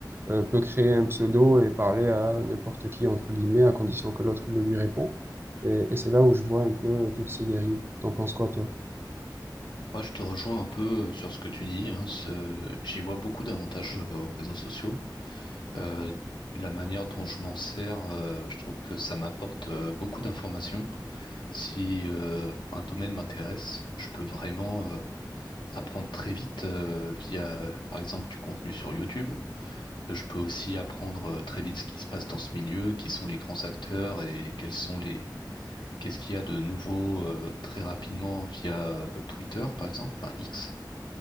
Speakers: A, on the right; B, on the left.
A: euh, peut créer un pseudo et parler à n'importe qui, entre guillemets, à condition que l'autre le lui répond. Et, et c'est là où je vois un peu euh, toutes ces dérives. T'en penses quoi, toi?
B: Moi, je te rejoins un peu euh, sur ce que tu dis, hein, ce- j'y vois beaucoup d'avantages euh, aux réseaux sociaux. Euh, la manière dont je m'en sers, euh, je trouve que ça m'apporte euh, beaucoup d'informations Si euh, un domaine m'intéresse, je peux vraiment euh, apprendre très vite euh, via, euh, par exemple, du contenu sur YouTube. Euh, Je peux aussi apprendre euh, très vite ce qui se passe dans ce milieu, qui sont les grands acteurs et quels sont les, qu'est-ce qu'il y a de nouveau euh, très rapidement via euh, Twitter, par exemple, enfin X.